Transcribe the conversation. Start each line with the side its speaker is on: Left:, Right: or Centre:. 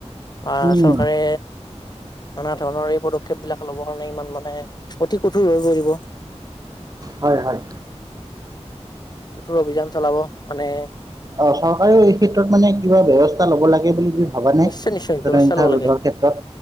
Left: বা
Right: উম,
Left: চৰকাৰে নানা ধৰণৰ এই পদক্ষেপ বিলাক ল'ব কাৰণে ইমান। মানে অতি কঠোৰ হৈ পৰিব।
Right: হয়, হয়।
Left: তোৰ অভিযান চলাব মানে
Right: অ' চৰকাৰেও এই ক্ষেত্ৰত মানে কিবা ব্যৱস্থা ল'ব লাগে বুলি ভাবানে
Left: নিশ্চয়, নিশ্চয়
Right: জনসংখ্যা
Left: ব্যৱস্থা লব
Right: ৰোধৰ
Left: লাগে
Right: ক্ষেত্ৰত